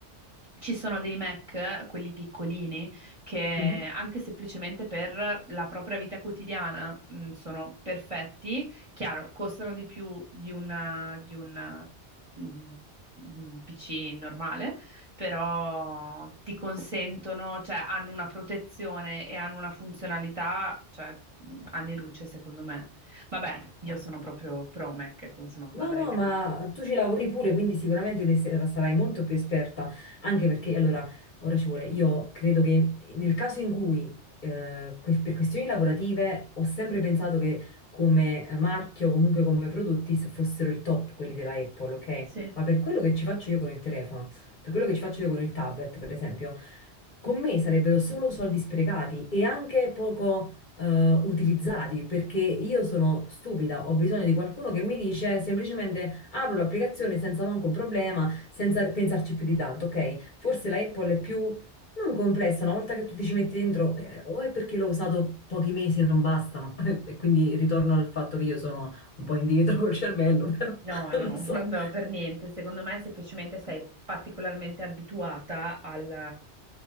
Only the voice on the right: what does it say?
Ci sono dei Mac, quelli piccolini, che
anche semplicemente per la propria vita quotidiana, mh, sono perfetti. Chiaro, costano di più di una, di una, mh, un PC normale, però ti consentono, cioè hanno una protezione e hanno una funzionalità, cioè anni luce secondo me. Vabbè, io sono proprio pro Mac, insomma, come
avrai
capito.
Sì.
No,
no,
<laughs> no, per niente. Secondo me semplicemente sei particolarmente abituata al,